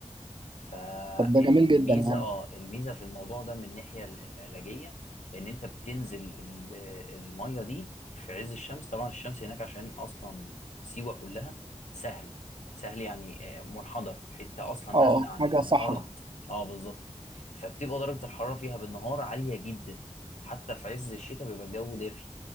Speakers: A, on the left (about 80°); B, on the right (about 45°).
A: فالميزه
B: طب ده جميل جدا يعني
A: اه الميزه في الموضوع ده من الناحيه ال- العلاجيه ان انت بتنزل ال- الميه دي في عز الشمس طبعا الشمس هناك عشان اصلا سيوه كلها سهل سهل يعني آه، منحدر حته اصلا
B: اه
A: نازله
B: اه
A: عن
B: حاجه
A: الارض
B: صحراء
A: اه بالظبط فبتبقى درجه الحراره فيها بالنهار عاليه جدا حتى في عز الشتاء بيبقى الجو دافي